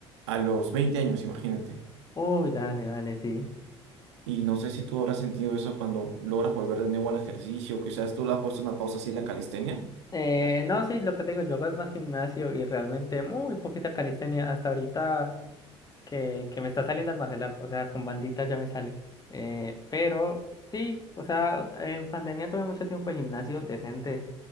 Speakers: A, on the right; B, on the left.
A: a los 20 años, imagínate.
B: Uy, dale, dale, sí.
A: Y no sé si tú habrás sentido eso cuando logras volver de nuevo al ejercicio, quizás tú le has puesto una pausa así en la calistenia.
B: Eh, no, sí, lo que te digo, yo hago es más gimnasio y realmente muy poquita calistenia. Hasta ahorita. que, que me está saliendo Almacelab, o sea, con bandita ya me sale. Eh, pero sí, o sea, en pandemia tuve mucho tiempo de gimnasio decente